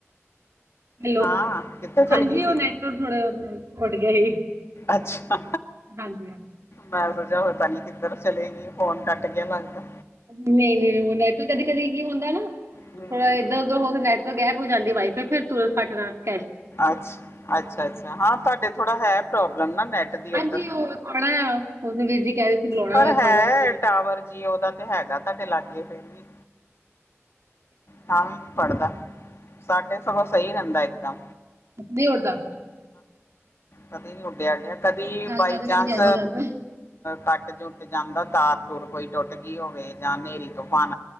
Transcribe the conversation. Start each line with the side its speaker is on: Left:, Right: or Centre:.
Right: Hello!
Left: ਹਾਂ ਕਿੱਥੇ ਚਲ
Right: ਹਾਂਜੀ,
Left: ਗਈ ਸੀ
Right: ਉਹ ਨੈਟਵਰਕ ਥੋੜੇ ਉੱਡ ਗਿਆ ਸੀ
Left: ਅੱਛਾ,
Right: ਹਾਂਜੀ
Left: ਬਸ ਪਤਾਂ ਨੀ ਕਿੱਧਰ ਚਲੇਗੀ, ਫੋਨ ਕੱਟ ਗਿਆ ਲੱਗਦਾ!
Right: ਨਹੀਂ- ਨਹੀਂ- ਨਹੀਂ, ਉਹ ਨੈਟਵਰਕ ਕਦੀ- ਕਦੀ ਕੀ ਹੁੰਦਾ ਨਾ,
Left: ਹੂੰ।
Right: ਥੋੜਾ ਇੱਧਰ- ਉਧਰ ਹੋ, ਤੇ ਨੈਟਵਰਕ ਗੈਬ ਹੋ ਜਾਂਦ ਵਾਈ-ਫਾਈ ਫਿਰ <unintelligible> ਕੱਟ ਜ
Left: ਅੱਛਾ, ਅੱਛਾ-ਅੱਛਾ ਹਾਂ, ਤੁਹਾਡੇ ਥੋੜਾ ਹੈ ਪ੍ਰੋਬਲਮ ਨਾ ਨੈਟ ਦੀ
Right: ਹਾਂਜੀ,
Left: ਉੱਧਰ।
Right: ਓਹ ਥੋੜਾ ਉਸਦੇ ਵੀਰ ਜੀ ਕਹਿ ਰਹੇ ਸੀ ਬੁਲਾਉਣਾ
Left: ਪਰ
Right: ਹੋਵੇ ਥੋੜੇ
Left: ਹੈ।
Right: ਵਾਸਤੇ
Left: ਟਾਵਰ ਜੀਓ ਤੇ, ਹੈਗਾ ਤੁਹਾਡੇ ਲਾਗੇ। ਫਿਰ ਵੀ ਤਾਂ ਵੀ, ਨੀ, ਪੜਦਾ। ਸਾਡੇ ਸਗੋਂ ਸਹੀ ਰਹਿੰਦਾ ਇਹਦਾਂ।
Right: ਨਹੀਂ ਉਡਦਾ
Left: ਕਦੇ ਨੀ ਉੱਡਿਆ- ਆਡਿਆ ਕਦੇ ਬਾਈਚਾਂਸ
Right: ਕਰਦੇ ਕਰਦੇ ਗਾਇਬ ਹੋ ਜਾਂਦਾ। ਹੈ।
Left: ਕੱਟ- ਕੁੱਟ ਜਾਂਦਾ ਤਾਰ ਤਾਰ ਤੂਰ ਟੁੱਟ ਗਈ ਹੋਵੇ, ਜਾਂ, ਹਨੇਰੀ- ਤੁਫਾਨ